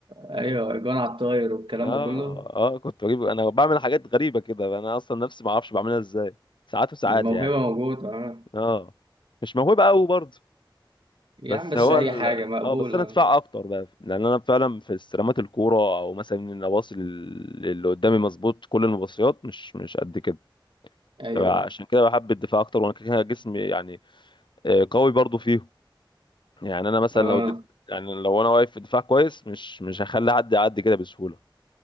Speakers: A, on the right; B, on the left.
A: ايوه اجوان على الطاير والكلام
B: اه
A: ده كله
B: اه كنت بجيب انا بعمل حاجات غريبه كده انا اصلا نفسي ما اعرفش بعملها ازاي ساعات وساعات
A: الموهبة
B: يعني
A: موجودة اه
B: اه مش موهبه قوي برضه
A: يا
B: بس
A: عم بس
B: هو
A: اي
B: ال...
A: حاجة مقبولة
B: اه بس انا ادفع اكتر بقى لان انا فعلا في استلامات الكوره او مثلا ان اباصي لل- اللي قدامي مظبوط كل المباصيات مش مش قد كده
A: ايوه
B: عشان
A: أيوه.
B: كده بحب الدفاع اكتر وانا كده كده جسمي يعني آه، قوي برضه فيهم يعني انا مثلا
A: اه
B: لو دل... يعني لو انا واقف في دفاع كويس مش مش هخلي حد يعدي كده بسهوله